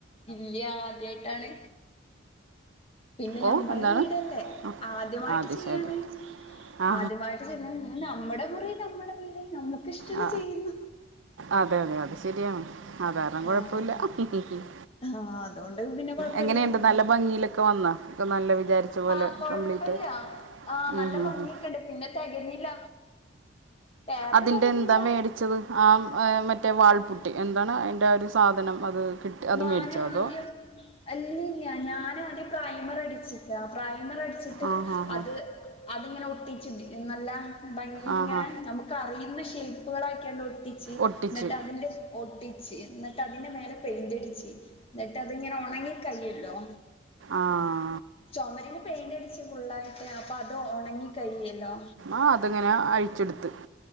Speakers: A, on the left; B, on the right.
A: ഇല്ല ആദ്യായിട്ടാണ് പിന്നെ
B: ഓ
A: ഞമ്മളെ
B: എന്താണ്
A: വീടല്ലേ
B: ആ
A: ആദ്യമായിട്ട്
B: അത്
A: ചെയ്യാണ്
B: ശരി ആ
A: അദ്യമായിട്ട് ചെയ്ണ് നമ്മുടെ മുറി നമ്മക്കി ഇഷ്ടമാണ്
B: ആ
A: ചെയ്യുന്ന
B: അതെ അതെ അത് ശെരിയാണ്. അതാരണം
A: ആ
B: കൊഴപ്പൊല്ല.
A: അതാണ്
B: <unintelligible>
A: ആ അതുകൊണ്ട് പിന്നെ കൊഴപ്പില്ലല്ലോ
B: എങ്ങനെണ്ട് നല്ല ഭംഗിയിലക്കെ വന്നാ ഒക്കെ നല്ല വിചാരിച്ച പോലെ
A: ആഹ കൊഴപ്പില്ല
B: കംപ്ലീറ്റ് ആയിട്ട്
A: ആഹ്
B: ഉം
A: നല്ല
B: ഉം
A: ഭംഗിയൊക്കെണ്ട്
B: ഉം.
A: പിന്നെ തികഞ്ഞില്ല ടാപ്പ്
B: അതിന്റെ
A: തികഞ്ഞില്ല
B: എന്താ മേടിച്ചത് ആം ഏഹ് മറ്റേ വാൾപുട്ടി എൻ അതാണ് എന്റെ ഒരു സാധനം അത് കിട്ടി അത്
A: ഞാന്
B: മേടിച്ചോ അതോ
A: ആദ്യം അല്ലല്ല ഞാന ആദ്യം പ്രായ്മർടിച്ചിട്ട് പ്രായ കടിച്ചിട്ട്
B: ആ ഹാ ഹാ
A: അത് അങ്ങനെ ഒട്ടിച്ച നല്ല - ഭംഗീല്
B: ആ
A: ഇങ്ങനെ
B: ഹാ
A: നമുക്ക് അറിയുന്ന ഷെയ്പ്പുകളാക്കിയാണ്ട് ഓല് ട്ടിച്ച്
B: ഒട്ടിച്ച്
A: ഇന്നിട്ട് അതിന്റെ ഒട്ടിച്ച് ഇന്നിട്ട് അതിന്റെ മേലെ പെയിന്റ്ടിച്ച്. എന്നിട്ട് അത്ങ്ങനെ ഉണങ്ങി കയല്ലോ
B: ആഹ
A: ചുമരന് പെയിന്റ്ടിച്ച് ഫുള്ളായിട്ട് അപ്പൊ അത് ഉണങ്ങി കഴിയല്ലോ
B: അ അതെങ്ങനെ അഴിച്ചെടുത്ത്